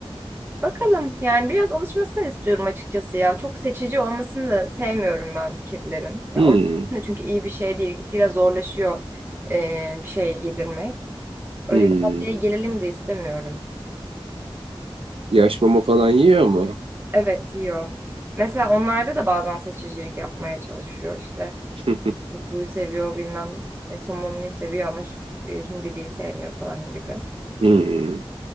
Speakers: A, on the right; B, on the right.
A: Bakalım yani biraz alışmasını istiyorum açıkçası ya. Çok seçici olmasını da sevmiyorum ben kedilerin. Ya
B: Hmm.
A: onun için de çünkü iyi bir şey değil. Gitgide zorlaşıyor e, bir şey yedirmek. Öyle
B: Hmm.
A: bir noktaya gelelim de istemiyorum.
B: Yaş mama falan yiyor mu?
A: Evet yiyor. Mesela onlarda da bazen seçicilik yapmaya çalışıyor işte.
B: <laughs>
A: Kutluyu seviyor bilmem e, somonluyu seviyor ama şu e, hindiliyi sevmiyor falan gibi.
B: Hmm.